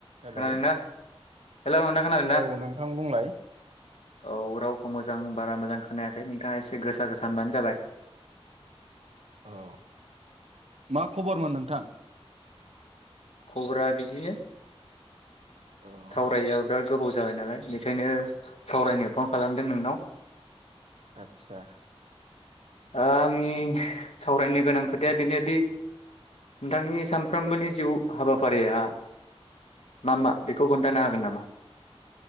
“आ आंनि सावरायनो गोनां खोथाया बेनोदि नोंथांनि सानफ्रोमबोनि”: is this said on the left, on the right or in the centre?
Left